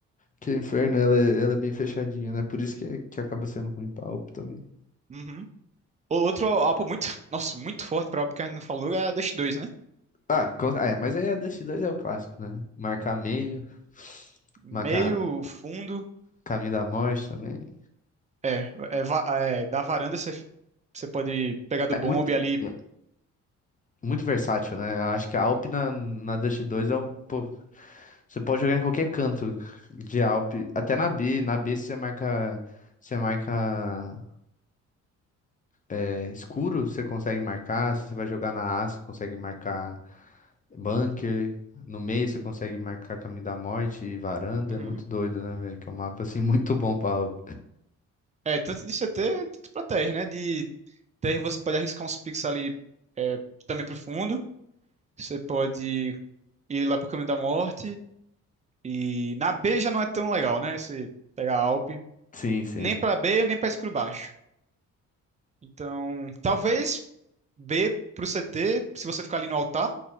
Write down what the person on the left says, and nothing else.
que o Inferno ela é, ela é bem fechadinha, né? Por isso que, que acaba sendo ruim pra AWP também.
Ah, con- é, mas aí a Dust 2 é o clássico, né? Marcar meio,
marcar
caminho da morte também.
É
muito.
é, Muito versátil, né? Eu Acho que a Alp na, na Dust 2 é um. Pô, você pode jogar em qualquer canto de Alp. Até na B. Na B você marca. Você marca é, escuro, você consegue marcar. Se você vai jogar na A, você consegue marcar bunker. No meio você consegue marcar caminho da morte e varanda.
É muito doido, né, velho? Que é um mapa assim <laughs> muito bom pra Alp.
Sim, sim.